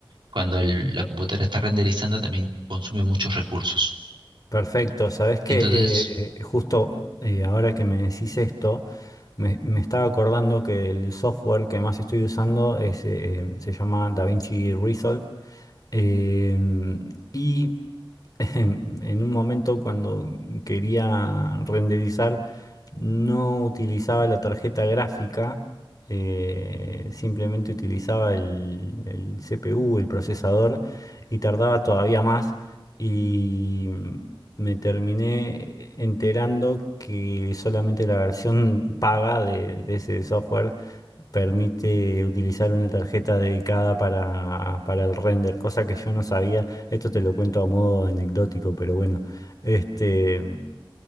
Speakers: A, on the right; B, on the left.
A: cuando el- la computadora está renderizando también consume muchos recursos.
B: Perfecto, sabes que
A: Entonces,
B: justo eh, ahora que me decís esto, me, me estaba acordando que el software que más estoy usando es, eh, eh, se llama DaVinci Resolve. Em, y <laughs> em, en un momento cuando quería renderizar, no utilizaba la tarjeta gráfica, eh, simplemente utilizaba el, el CPU, el procesador, y tardaba todavía más y me terminé enterando que solamente la versión paga de, de ese software permite utilizar una tarjeta dedicada para, para el render, cosa que yo no sabía. Esto te lo cuento a modo anecdótico, pero bueno, este...